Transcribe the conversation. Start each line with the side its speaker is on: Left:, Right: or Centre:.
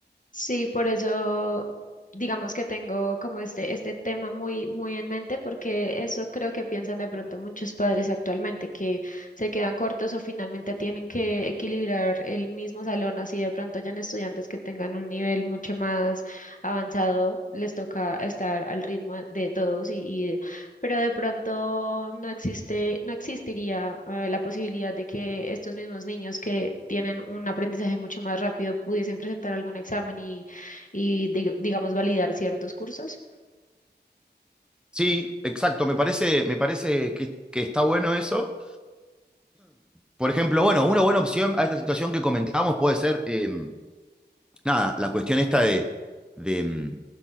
Left: Sí, por eso digamos que tengo como este, este tema muy, muy en mente, porque eso creo que piensan de pronto muchos padres actualmente, que se quedan cortos o finalmente tienen que equilibrar el mismo salón, así de pronto hayan estudiantes que tengan un nivel mucho más avanzado, les toca estar al ritmo de todos y, pero de pronto no existe, no existiría eh, la posibilidad de que estos mismos niños que tienen un aprendizaje mucho más rápido pudiesen presentar algún examen y, y dig- digamos, validar ciertos cursos.
Centre: Sí, exacto, me parece, me parece que, que está bueno eso. Por ejemplo, bueno, una buena opción a esta situación que comentábamos puede ser, eh, nada, la cuestión esta de, de,